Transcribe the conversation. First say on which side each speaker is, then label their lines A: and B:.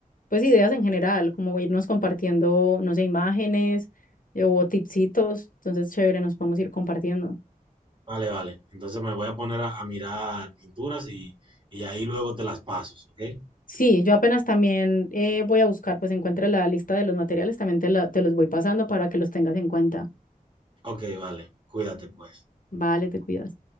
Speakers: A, on the left; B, on the right.
A: pues ideas en general, como irnos compartiendo, no sé, imágenes eh, o tipsitos, entonces chévere, nos podemos ir compartiendo.
B: Vale, vale. Entonces me voy a poner a, a mirar pinturas y, y ahí luego te las paso, ¿ok?
A: Sí, yo apenas también eh, voy a buscar, pues encuentre la lista de los materiales, también te, la- te los voy pasando para que los tengas en cuenta.
B: Ok, vale. Cuídate pues.
A: Vale, te cuidas.